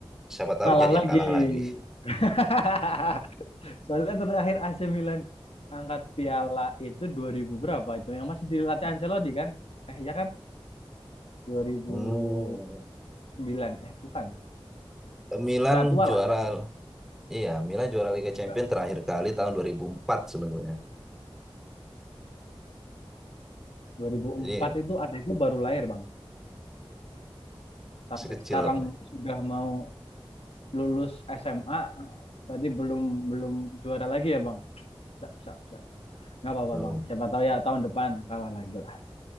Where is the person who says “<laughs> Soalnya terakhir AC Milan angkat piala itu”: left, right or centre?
Left